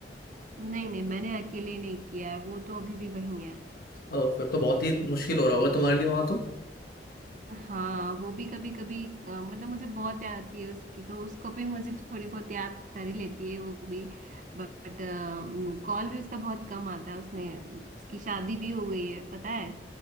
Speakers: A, on the right; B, on the left.
A: नहीं नहीं मैंने अकेले नहीं किया है वो तो अभी भी वही है
B: अ, फिर तो बहुत ही मुश्किल हो रहा होगा तुम्हारे लिए वहां तो
A: हाँ वो भी कभी कभी मतलब मुझे बहुत याद आती है उसकी तो उसको भी मुझे थोड़ी बहुत याद कर ही लेती है वो भी बट कॉल भी उसका बहुत कम आता है उसने उसकी शादी भी हो गई है पता है